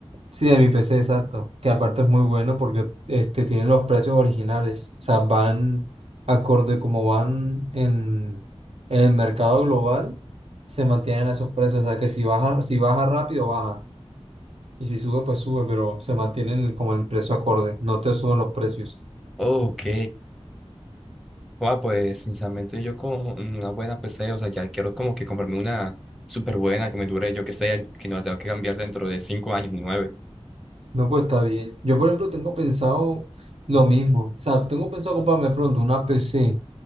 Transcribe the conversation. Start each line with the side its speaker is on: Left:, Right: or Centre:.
Right: Sí, de mi PC, exacto. Que aparte es muy bueno porque este, tienen los precios originales. O sea, van acorde como van en, en el mercado global, se mantienen a esos precios. O sea, que si baja, si baja rápido, baja. Y si sube, pues sube, pero se mantienen el- como el precio acorde. No te suben los precios.
Centre: Ok. Guau, pues sinceramente yo con una buena PC, o sea, ya quiero como que comprarme una súper buena que me dure, yo que sé, que no la tengo que cambiar dentro de cinco años ni nueve.
Right: No, pues está bien. Yo, por ejemplo, tengo pensado lo mismo. O sea, tengo pensado comprarme pronto una PC